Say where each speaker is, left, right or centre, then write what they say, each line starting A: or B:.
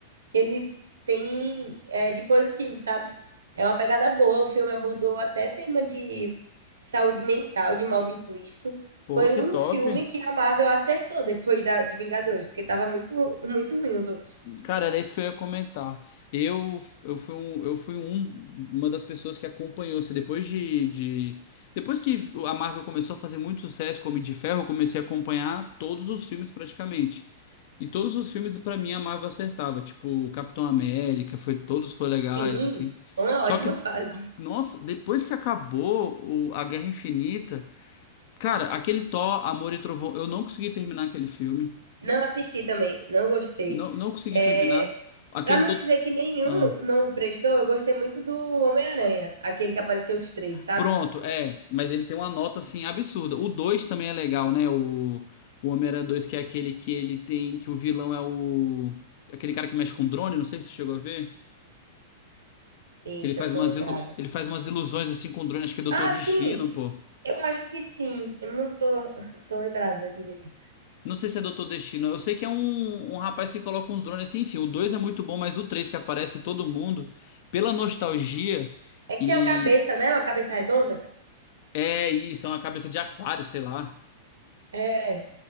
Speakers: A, on the right (about 75°); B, on the left (about 55°).
A: que eles têm é, de positivo, sabe? É uma pegada boa. O filme abordou até tema de saúde mental de modo implícito.
B: Pô,
A: Foi
B: que
A: um
B: top.
A: filme que a Marvel acertou depois da, de Vingadores, porque tava muito, muito ruim os outros.
B: Cara, era isso que eu ia comentar. Eu, eu fui, um, eu fui um- uma das pessoas que acompanhou. Assim, depois de, de- Depois que a Marvel começou a fazer muito sucesso com o Homem de Ferro, eu comecei a acompanhar todos os filmes praticamente. E todos os filmes, pra mim, a Marvel acertava. Tipo, Capitão América, foi, todos foram legais,
A: Sim,
B: assim.
A: foi uma
B: Só
A: ótima
B: que,
A: fase.
B: nossa, depois que acabou o- a Guerra Infinita, cara, aquele Thor, Amor e Trovão, eu não consegui terminar aquele filme.
A: Não assisti também, não gostei.
B: Não, não consegui
A: É,
B: terminar. Aquele
A: para não
B: do...
A: dizer que nenhum
B: ah.
A: não prestou, eu gostei muito do Homem-Aranha, aquele que apareceu os três, sabe?
B: Pronto, é, mas ele tem uma nota assim absurda. O 2 também é legal, né? O, o Homem-Aranha 2, que é aquele que ele tem, que o vilão é o aquele cara que mexe com drone, não sei se tu chegou a ver,
A: Eita,
B: que ele faz
A: não tô
B: umas
A: lembrada.
B: ilu... ele faz umas ilusões assim com drone, acho que é Doutor
A: Ah,
B: Destino,
A: sim,
B: pô.
A: Eu acho que sim. Eu não tô, <laughs> tô lembrada direito.
B: Não sei se é Doutor Destino. Eu sei que é um, um rapaz que coloca uns drones assim, enfim. O 2 é muito bom, mas o 3 que aparece todo mundo pela nostalgia
A: É que
B: e
A: tem a cabeça, né? Uma cabeça redonda.
B: é isso, é uma cabeça de aquário, sei lá.
A: É.